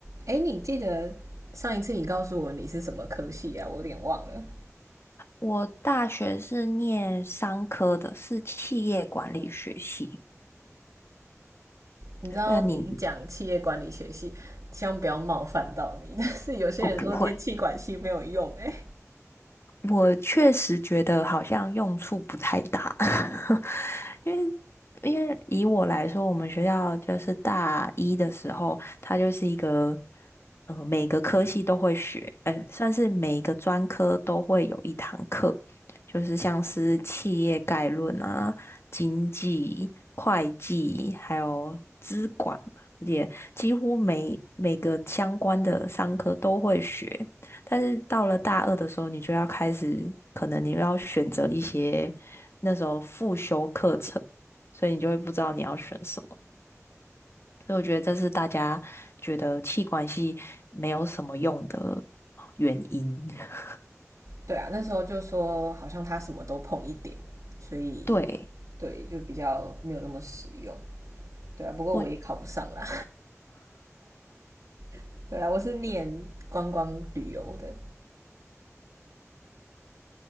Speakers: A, on the right; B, on the left.
A: 哎，你记得上一次你告诉我你是什么科系啊？我有点忘了。
B: 我大学是念商科的，是企业管理学系。
A: 你知道你一讲企业管理学系，
B: 呃，你
A: 希望不要冒犯到你。<laughs> 但是有些人说念气管系没有用、
B: 哦，不会。
A: 哎，
B: 我确实觉得好像用处不太大，<laughs> 因为因为以我来说，我们学校就是大一的时候，它就是一个，呃，每个科系都会学，呃，算是每一个专科都会有一堂课，就是像是企业概论啊、经济、会计，还有资管吧，而且几乎每每个相关的商科都会学。但是到了大二的时候，你就要开始，可能你要选择一些那时候复修课程，所以你就会不知道你要选什么。所以我觉得这是大家觉得气管系没有什么用的原因。<laughs>
A: 对啊，那时候就说好像他什么都碰一点，所以
B: 对，
A: 对就比较没有那么实用。对啊，不过我也考不上啦。
B: 我，<sighs>
A: <laughs> 对啊，我是念观光旅游的，